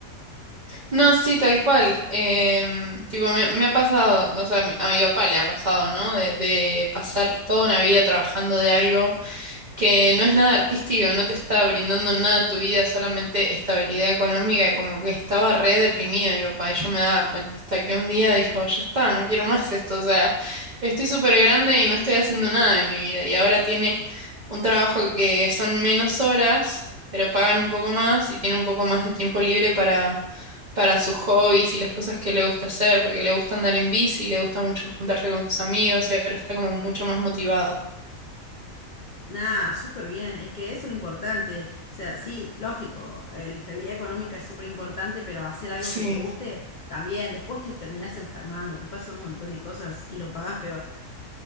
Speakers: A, on the right; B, on the left.
A: No, sí, tal cual. Em, tipo, me, me ha pasado, no sé, a mi, a mi papá le ha pasado, ¿no? De, de pasar toda una vida trabajando de algo. que no es nada artístico, no te está brindando nada a tu vida, solamente estabilidad económica, y como que estaba re deprimido mi papá y yo me daba cuenta hasta que un día dijo, ya está, no quiero más esto, o sea, estoy súper grande y no estoy haciendo nada de mi vida y ahora tiene un trabajo que son menos horas, pero pagan un poco más y tiene un poco más de tiempo libre para... para sus hobbies y las cosas que le gusta hacer, porque le gusta andar en bici, le gusta mucho juntarse con sus amigos y ahora está como mucho más motivado.
B: Nah, súper bien, es que eso es lo importante. O sea, sí, lógico, eh, la estabilidad económica es súper importante, pero hacer algo
A: Sí.
B: que te guste también. Después te terminás enfermando, te pasan un montón de cosas y lo pagás peor. <laughs>